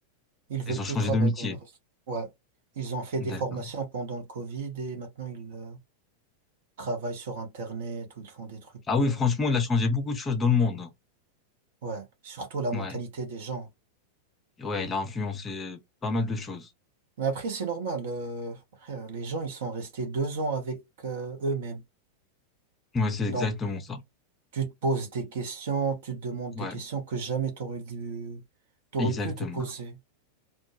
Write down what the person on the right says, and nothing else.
Ils veulent
plus
travailler
dans la restauration. Ouais. Ils ont fait
des formations pendant le Covid et maintenant ils euh, travaillent sur Internet ou ils font des trucs.
euh,
Ouais. Surtout la mentalité
des gens.
Mais après, c'est normal. euh, frère, les gens, ils sont restés deux ans avec euh, eux-mêmes.
Donc,
Tu te poses des questions, tu te demandes des
questions que jamais t'aurais dû, t'aurais
pu te poser.